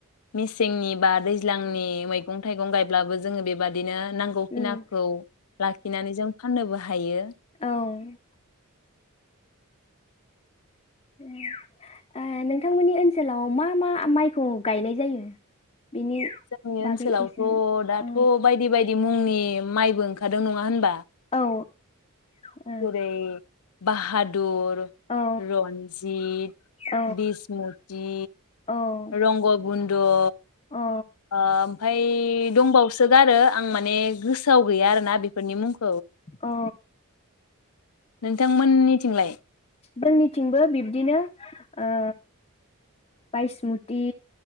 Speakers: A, on the left; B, on the left.
A: मेसेंनि बा दैज्लांनि मैगं थाइगं गायब्लाबो जोङो बेबादिनो नांगौखिनाखौ
B: उम
A: लाखिनानै जों फाननोबो हायो।
B: औ उम ओ नोंथांमोननि ओनसोलाव मा मा माइखौ गायनाय जायो? बेनि
A: जोंनि ओनसोलावथ'
B: बागै एसे
A: दाथ'
B: अ
A: बायदि बायदि मुंनि माइबो ओंखारदों नङा होनबा
B: औ। औ
A: जेरै बाहादुद
B: औ
A: रन्जित
B: औ
A: बिसमुथि
B: औ
A: रंगबुन द वो
B: औ
A: ओ ओमफाय दंबावसो सोगारो आं माने गोसोआव गैया आरोना बेफोरनि मुंंखौ
B: औ।
A: नोंथां मोननिथिंलाय?
B: जोंनिथिंबो बिब्दिनो ओ बायसमु थि